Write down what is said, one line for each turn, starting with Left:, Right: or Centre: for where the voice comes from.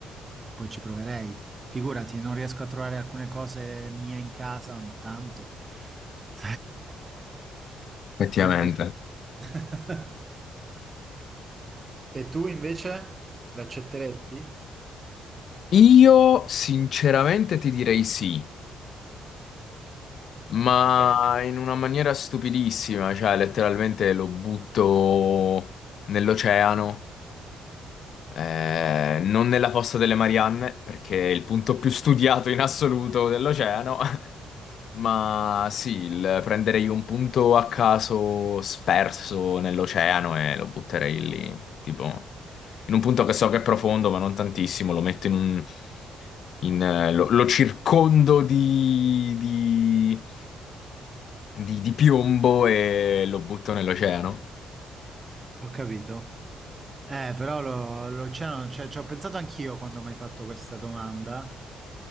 Right: poi ci proverei. Figurati, non riesco a trovare alcune cose mie in casa ogni tanto. <laughs>
Left: Effettivamente.
Right: Penso- <laughs> E tu invece l'accetteresti?
Left: Io sinceramente ti direi sì. Ma
Right: Ah, ok,
Left: in una maniera stupidissima, cioè letteralmente lo butto nell'oceano eh, non nella fossa delle Marianne, perché è il punto più studiato in assoluto dell'oceano, <laughs> ma sì, il- prenderei un punto a caso sperso nell'oceano e lo butterei lì, tipo in un punto che so che è profondo, ma non tantissimo, lo metto in un... in, eh, lo, lo circondo di, di, di di piombo e lo butto nell'oceano.
Right: ho capito. Eh, però lo- l'oceano, cioè, ci ho pensato anch'io quando mi hai fatto questa domanda,